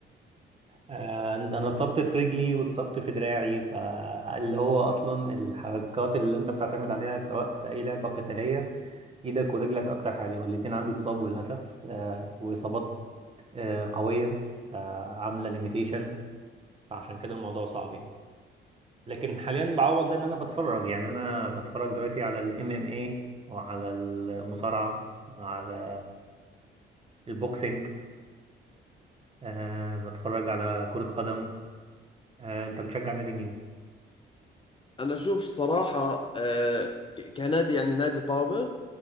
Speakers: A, on the right; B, on the left.
A: آه، أنا اتصبت في رجلي واتصبت في دراعي فاللي هو أصلا الحركات اللي أنت بتعتمد عليها سواء في أي لعبة قتالية إيدك ورجلك أكتر حاجة والاتنين عندي اتصابوا للأسف آه، وإصابات آه، قوية آه، عاملة ليميتيشن فعشان كده الموضوع صعب يعني لكن حاليا بعوض ده إن أنا بتفرج يعني أنا بتفرج دلوقتي على ال MMA وعلى المصارعة وعلى البوكسينج آه، بتفرج على كرة قدم آه، انت بتشجع نادي مين؟
B: أنا شوف الصراحة آه، ك- كنادي يعني نادي طابة